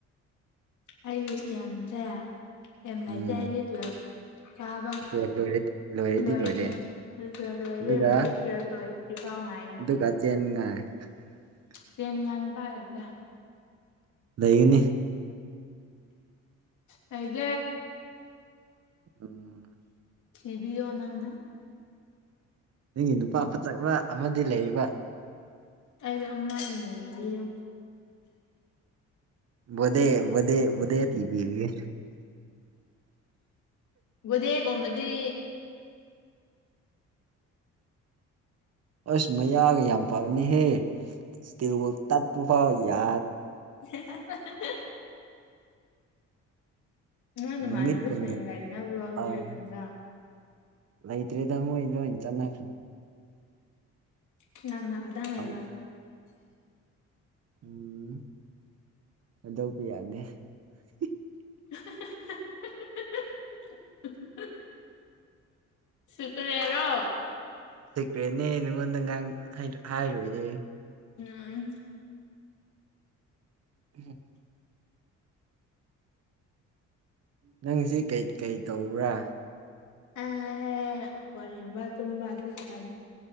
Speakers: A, on the left (about 75°); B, on the right (about 55°).
A: ꯑꯩꯒꯤ ꯑꯦꯝꯁꯦ ꯑꯦꯝ ꯂꯩꯇꯦ
B: ꯎꯝ
A: ꯑꯩꯗꯤ ꯇꯨꯋꯦꯜꯐ ꯀꯥꯕ
B: ꯇꯨꯌꯦꯜꯞ ꯂꯣꯏꯔꯦ ꯂꯣꯏꯔꯗꯤ
A: ꯂꯣꯏ
B: ꯂꯣꯏꯔꯦ
A: ꯑ ꯇꯨꯋꯦꯜꯐ ꯂꯣꯏꯔꯦ
B: ꯑꯗꯨꯒ
A: ꯂꯣꯏꯔꯦ ꯄꯦꯔꯠ ꯂꯣꯏꯔꯦ ꯏꯄꯥꯎ ꯉꯥꯏꯔꯤꯅꯤ
B: ꯑꯗꯨꯒ <unintelligible>
A: ꯀꯦꯅꯤꯉꯥꯏ ꯅꯨꯄꯥ ꯂꯩꯇꯦ
B: ꯂꯩꯩꯒꯅꯤ
A: ꯂꯩꯇ꯭ꯔꯦ
B: ꯎꯝ
A: ꯊꯤꯕꯤꯌꯣ ꯅꯪꯅ
B: ꯅꯪꯒꯤ ꯅꯨꯄꯥ ꯐꯖꯕ ꯑꯃꯗꯤ ꯂꯩꯑꯦꯕ
A: ꯑꯩꯖꯨ ꯑꯃ ꯅꯤꯕꯤꯌꯣ
B: ꯕꯣꯗꯦ ꯕꯣꯗꯦ ꯕꯣꯗꯦ ꯊꯤꯕꯤꯔꯌꯦ
A: ꯕꯣꯗꯦ ꯒꯨꯝꯕꯗꯤ
B: ꯑꯁ ꯃꯌꯥꯒ ꯌꯥꯝ ꯐꯕꯅꯤꯍꯦ ꯁ꯭ꯇꯤꯜꯋꯨꯠ ꯇꯛꯄꯐꯥꯎ ꯌꯥ
A: <unintelligible> ꯅꯣꯏ ꯅꯃꯥꯟꯅꯕꯁꯤꯡ
B: ꯅꯨꯃꯤꯠ ꯀꯨꯝꯅ
A: ꯂꯩꯅꯕ꯭ꯔꯣ ꯍꯨꯖꯤꯛ
B: ꯑꯥ
A: ꯊꯟꯗ
B: ꯂꯩꯇ꯭ꯔꯦꯗ ꯃꯣꯏ ꯂꯣꯏ ꯆꯠꯅꯈ꯭ꯔꯦ
A: <unintelligible> ꯀꯅ ꯀꯅ ꯈꯛꯇꯪ ꯂꯩꯕ
B: ꯑꯝ ꯎꯝ ꯍꯥꯏꯗꯣꯛꯄ ꯌꯥꯗꯦ <unintelligible>
A: <unintelligible> ꯁꯨꯀ꯭ꯔꯦ ꯔꯣ
B: ꯔꯦꯟꯅꯦ ꯅꯪꯉꯣꯟꯗ ꯉꯥꯡ ꯍꯥꯏ ꯍꯥꯏꯔꯣꯏꯌꯦ
A: ꯎꯝ
B: ꯎꯍꯨꯝ ꯅꯪꯁꯤ ꯀꯩ ꯀꯩ ꯇꯧꯕ꯭ꯔꯥ
A: ꯑꯩ ꯐꯣꯟ ꯌꯦꯡꯕ ꯇꯨꯝꯕ ꯑꯁꯤ ꯈꯛꯇꯅꯤ